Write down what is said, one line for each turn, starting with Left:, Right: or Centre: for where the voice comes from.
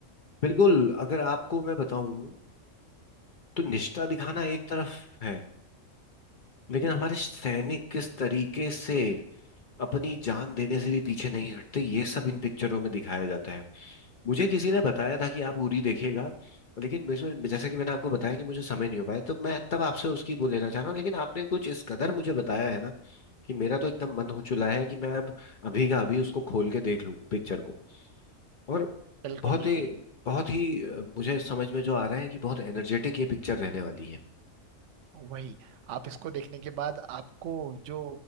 Left: बिल्कुल अगर आपको मैं बताऊं तो निष्ठा दिखाना एक तरफ है लेकिन हमारे सैनिक किस तरीके से अपनी जान देने से भी पीछे नहीं हटते ये सब इन पिक्चरों में दिखाया जाता है मुझे किसी ने बताया था कि आप उरी देखिएगा लेकिन मुझे जैसा कि मैंने आपको बताया कि मुझे समय नहीं हो पाया तो मैं तब आपसे उसकी वो लेना चाह रहा हूँ लेकिन आपने कुछ इस कदर मुझे बताया है ना कि मेरा तो एकदम मन हो चुका है कि मैं अब अभी का अभी उसको खोल के देख लूँ पिक्चर को और
Right: बिल्कुल
Left: बहुत
Right: बिल्कुल
Left: ही बहुत ही अ, मुझे समझ में जो आ रहा है कि बहुत एनर्जेटिक ये पिक्चर रहने वाली है
Right: वही आप इसको देखने के बाद आपको जो